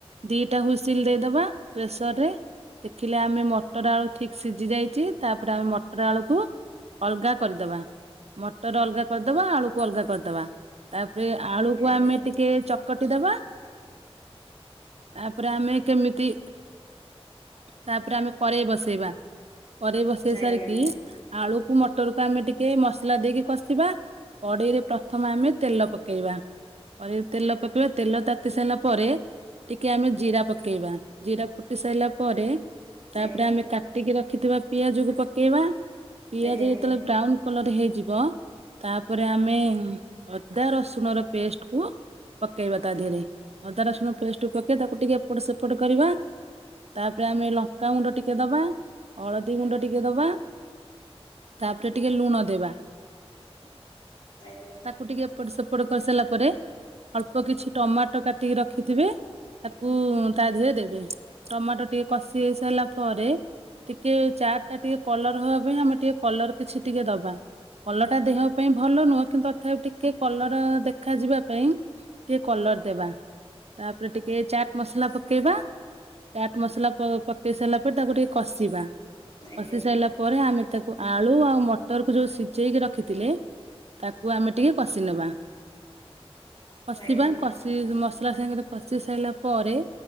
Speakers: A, on the right; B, on the left.
A: ଦିଟା ହୁସିଲ ଦେଇଦବା ପ୍ରେସର ରେ ଦେଖିଲେ ଆମେ ମଟର ଆଳୁ ଠିକ୍ ସିଝି ଯାଇଛି। ତାପରେ ଆମେ ମଟର ଆଳୁକୁ ଅଲଗା କରିଦବା। ମଟର ଅଲଗା କରିଦବା, ଆଳୁକୁ ଅଲଗା କରିଦବା। ତାପରେ ଆଳୁକୁ
B: ଆଜ୍ଞା
A: ଆମେ ଟିକେ ଚକଟି ଦବା। ତାପରେ ଆମେ କେମିତି ତାପରେ ଆମେ କରେଇ ବସେଇବା। କରେଇ ବସେଇ
B: ଆଜ୍ଞା
A: ସାରିକି ଆଳୁକୁ ମଟରକୁୁ ଆମେ ଟିକେ ମସଲା ଦେଇକି କଷିବା କଡେଇରେ ପ୍ରଥମେ ଆମେ ତେଲ ପକେଇବା ତେଲ ପକେଇବା। ତେଲ ତାତି ସାରିଲା ପରେ ଟିକେ ଆମେ ଜିରା ପକେଇବା, ଜିରା ଫୁଟି ସାରିଲା ପରେ ତାପରେ
B: ଆଜ୍ଞା
A: ଆମେ କାଟିକି ରଖିଥିବା ପିଆଜକୁ ପକେଇବା, ପିଆଜ
B: ଆଜ୍ଞା
A: ଯେତେବେଳେ ବ୍ରାଉନ୍ କଲର୍ ହେଇଯିବ, ତାପରେ ଆମେ ଅଦା ରସୁଣର ପେଷ୍ଟକୁ ପକେଇବା ତା ଦେହରେ। ଅଦା ରସୁଣ ପେଷ୍ଟ ପକେଇବା ତାକୁ ଟିକେ ଏପଟ ସେପଟ କରିବା ତାପରେ ଆମେ ଲଙ୍କାଗୁଣ୍ଡ ଟିକେ ଦବା, ହଳଦୀ ଗୁଣ୍ଡ ଟିକେ ଦବା ତାପରେ ଟିକେ ଲୁଣ ଦେବା
B: ଆଜ୍ଞା।
A: ତାକୁ ଟିକିଏ ଏପଟ ସେପଟ କରିସାରିଲା ପରେ ଅଳ୍ପ କିଛି ଟମାଟୋ କାଟିକି ରଖିଥିବେ। ତାକୁ ତା ଦେହରେ ଦେବେ। ଟମାଟୋ ଟିକେ କଷି ହେଇ ସାରିଲା ପରେ ଟିକେ ଚାାର୍ଟ ଟା ଟିକେ କଲର ହବା ପାଇଁ, ଆମେ ଟିକେ କଲର କିଛି ଟିକେ ଦବା କଲରଟା ଦେହ ପାଇଁ ଭଲ ନୁହଁ। କିନ୍ତୁ ତଥାପି ଟିକେ କଲର ଦେଖାଯିବା ପାଇଁ ଟିକେ କଲର ଦେବା। ତାପରେ ଟିକେ ଚାଟ୍ ମସଲା ପକେଇବା ଚାଟ୍ ମସଲା ପକେଇ ସାରିଲା ପରେ ତାକୁ ଟିକେ କଷିବା। କଷି
B: ଆଜ୍ଞା
A: ସାରିଲା ପରେ ପରେ ଆମେ ତାକୁ ଆଳୁ ଆଉ ମଟରକୁ ଯେଉଁ ସିଝେଇକି ରଖିଥିଲେ ତାକୁ ଆମେ ଟିକେ କଷି ନେବା। କଷିବା
B: ଆଜ୍ଞା
A: କଷି- ମସଲା ସାଙ୍ଗରେ କଷି ସାରିଲା ପରେ